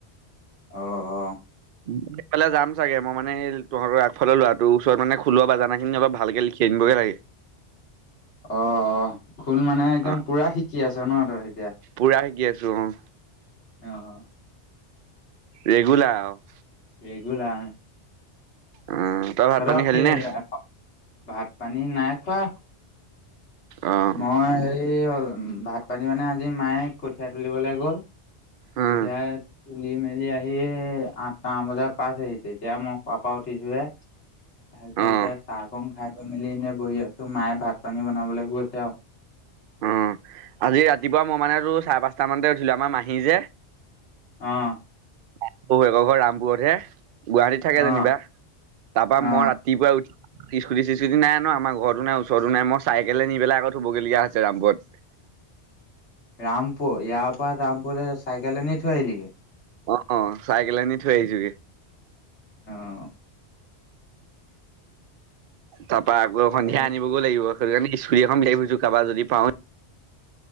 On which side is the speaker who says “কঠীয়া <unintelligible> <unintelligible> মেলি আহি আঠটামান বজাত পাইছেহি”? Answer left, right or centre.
Left